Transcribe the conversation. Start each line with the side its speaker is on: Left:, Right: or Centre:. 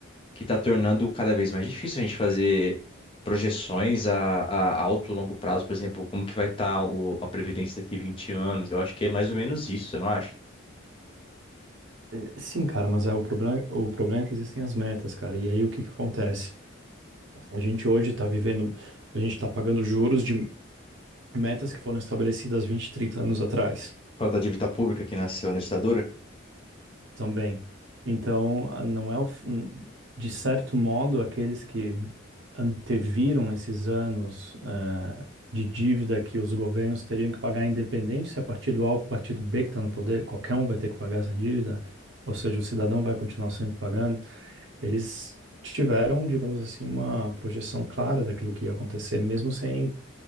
Left: que está tornando cada vez mais difícil a gente fazer projeções a, a alto e longo prazo, por exemplo, como que vai estar a previdência daqui 20 anos. Eu acho que é mais ou menos isso, você não acha?
Right: é- sim, cara, mas é o problema, o problema é que existem as metas, cara. E aí o que que acontece? A gente hoje está vivendo, a gente está pagando juros de metas que foram estabelecidas 20, 30 anos atrás.
Left: Fala da dívida pública que nasceu na ditadura.
Right: também. Então, a- não é o, f- n- de certo modo, aqueles que anteviram esses anos eh, de dívida que os governos teriam que pagar, independente se é partido A ou partido B que está no poder, qualquer um vai ter que pagar essa dívida, ou seja, o cidadão vai continuar sempre pagando. Eles tiveram, digamos assim, uma projeção clara daquilo que ia acontecer, mesmo sem